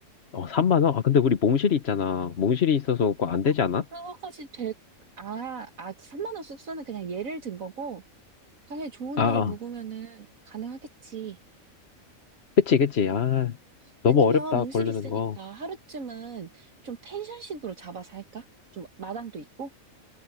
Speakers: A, on the left; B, on the right.
A: 어 3만 원? 아 근데 우리 몽실이 있잖아. 몽실이 있어서 그거 안
B: 아,
A: 되지 않아?
B: 그거까지 될, 아, 아, 3만 원 숙소는 그냥 예를 든 거고, 당연히 좋은
A: 아,
B: 데
A: 아.
B: 묵으면은 가능하겠지.
A: 그치 그치.
B: 아,
A: 아 너무
B: 아니면
A: 어렵다
B: 몽실이
A: 걸리는
B: 있으니까
A: 거.
B: 하루쯤은 좀 펜션식으로 잡아서 할까? 좀 마당도 있고?